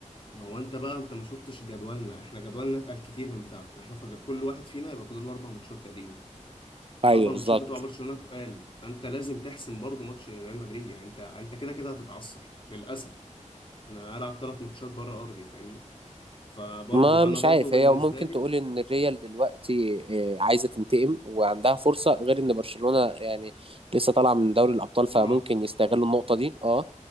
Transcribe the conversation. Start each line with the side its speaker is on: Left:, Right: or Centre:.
Left: ما هو انت بقى انت ما شفتش جدولنا احنا جدولنا اتقل كتير من بتاعكم احنا فاضل كل واحد فينا يبقى فاضل له اربع ماتشات تقريبا الاربع
Right: ايوه بالظبط
Left: ماتشات بتوع برشلونه تقال فانت لازم تحسم برضو ماتش ريال مدريد يعني انت انت كده كده هتتعثر للاسف انا هلعب ثلاث ماتشات بره ارضي فاهمني فبرضو
Right: ما مش
Left: انا برضو
Right: عارف
Left: بالنسبه
Right: هي ممكن
Left: لي
Right: تقول ان الريال دلوقتي آه، عايزه تنتقم وعندها فرصه غير ان برشلونه يعني لسه طالعه من دوري الابطال فممكن
Left: مرهق
Right: يستغلوا النقطه دي اه